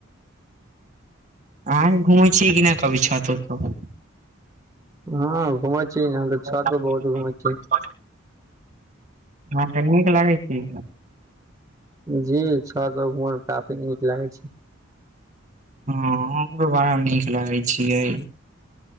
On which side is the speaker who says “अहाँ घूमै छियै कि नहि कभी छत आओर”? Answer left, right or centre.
Right